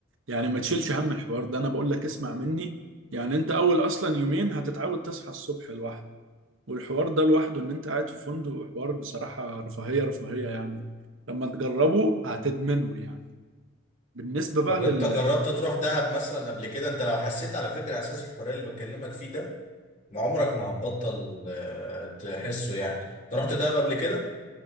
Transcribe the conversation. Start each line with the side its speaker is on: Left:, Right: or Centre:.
Right: يعني ما تشيلش هم الحوار ده انا بقول لك اسمع مني يعني انت اول اصلا يومين هتتعود تصحى الصبح لوحدك والحوار ده لوحده ان انت قاعد في فندق حوار بصراحة رفاهية رفاهية يعني لما تجربه هتدمنه يعني بالنسبة بقى
Left: طب
Right: لل
Left: انت جربت تروح دهب مثلا قبل كده انت لو حسيت على فكرة احساس الحرية اللي بكلمك فيه ده ما عمرك ما هتبطل آه، تحسه يعني انت رحت دهب قبل كده